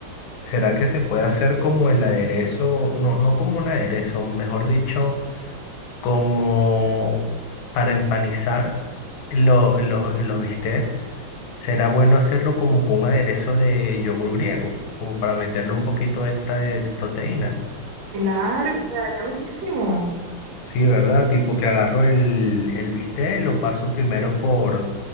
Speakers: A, on the left; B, on the right.
A: ¿Será que se puede hacer como el aderezo? No, no como un aderezo, mejor dicho, como para empanizar lo- los, los bistecs. ¿Será bueno hacerlo como con un aderezo de yogur griego? Como para meterle un poquito extra de proteína.
B: Claro, y quedaría buenísimo.
A: Sí, ¿verdad? Tipo que agarro el, el bistec, lo paso primero por